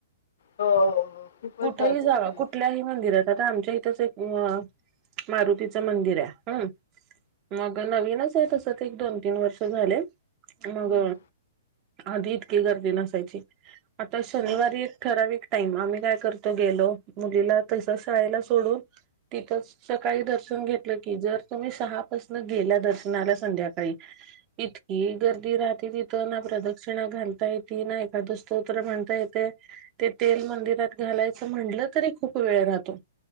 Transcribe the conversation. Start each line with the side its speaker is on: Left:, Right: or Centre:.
Left: हो हो हो, खूपच
Right: कुठही
Left: गर्दी
Right: जाग
Left: असते हम्म,
Right: कुठल्याही मंदिरात आता आमच्या इ एक मारुतीच मंदिर हाय हम मग नवीनच आहे त दोन तीन वर्ष झालेत मग
Left: हम्म,
Right: आधी इतकी गर्दी न यची. आता शनिवारी
Left: हम्म.
Right: ठराविक टाईम आम्ही काय करतो गेलो. मुलीला तस शाळेला सोडून तिथंच सकाळी दर्शन घेतलं की जर तुम्ही सहापासन गेला दर्शनाला संध्या काळी, इतकी गर्दी राहते तिथं ना प्रदक्षिणा घालता ये ती ना एखादं स्तोत्र म्हणता येतय. ते तेल मंदिरात घालायचं म्हटलं तरी खूप वेळ राहतो